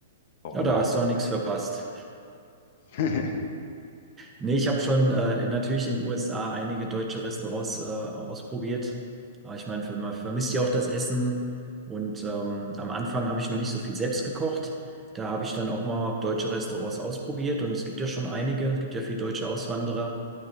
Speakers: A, on the left; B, on the right.
A: Warum
B: Ja, da
A: auch?
B: hast du auch nichts verpasst.
A: <laughs>
B: Nee, ich habe schon äh, natürlich in den USA einige deutsche Restaurants äh, ausprobiert. Aber ich meine, man vermisst ja auch das Essen. Und ähm, am Anfang habe ich noch nicht so viel selbst gekocht. Da habe ich dann auch mal deutsche Restaurants ausprobiert. Und es gibt ja schon einige. Es gibt ja viele deutsche Auswanderer.